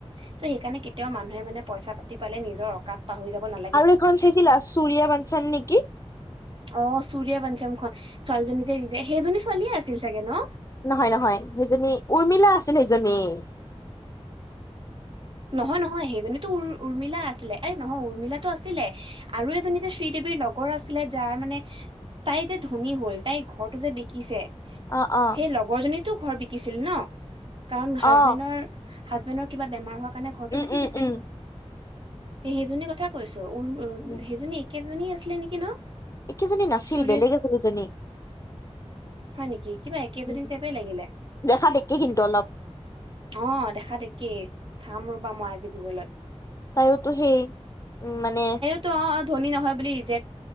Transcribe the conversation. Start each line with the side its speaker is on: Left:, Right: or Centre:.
Right: <unintelligible> ত' সেইকাৰণে কেতিয়াও মানুহে মানে পইচা পাতি পালে নিজৰ অকাত <unintelligible> পাহৰি যাবা না <unintelligible>
Left: আৰু এখন চাইছিলা সুৰিয়া বঞ্চন নেকি? <unintelligible>
Right: অঁ! চুুৰীয়া পাঞ্চামখন ছোৱালীজনী যে <unintelligible> সেইজনী ছোৱালীয়ে আছিল চাগে ন?
Left: নহয়-নহয়। সেইজনী উৰ্মিলা আছিল, সেইজনী। <inaudible> <inaudible>
Right: নহয়-নহয়। সেইজনীতো উৰ উৰ্মিলা আছিলে। আৰে নহয়, উৰ্মিলাটো আছিলে <unintelligible> আৰু এজনী যে শ্ৰী দেৱীৰ লগৰ আছিলে, যাৰ মানে <inaudible> তাই যে ধনী হ'ল, তাই ঘৰটো যে বিকিছে <unintelligible>
Left: অ অ
Right: সেই লগৰজনীতো ঘৰ বিকিছিল ন, কাৰণ হাজবেণ্ডৰ
Left: অ
Right: <inaudible> হাজবেণ্ডৰ কিবা বেমাৰ হোৱাৰ কাৰণে ঘৰটো
Left: উম
Right: বেছি
Left: উম
Right: দিছিল।
Left: উম
Right: সেই সেইজনী কথা কৈছো উৰ <inaudible> <inaudible>
Left: উম
Right: সেইজনী একেজনী আছিলে নেকি ন?
Left: একেজনী নাছিল
Right: চুৰি
Left: বেলেগ আছিল এজনী। <inaudible>
Right: হয় নেকি? কিবা একেজনী
Left: উম
Right: টাইপেই লাগিলে। <inaudible>
Left: দেখা দেখি কিন্তু অলপ
Right: অঁ! দেখাত একেই চাম ৰবা মই আজি গুগলত। <inaudible>
Left: তাইওতো সেই উম মানে <inaudible>
Right: ত অঁ! ধনী নহয় বুলি ৰিজেক <inaudible>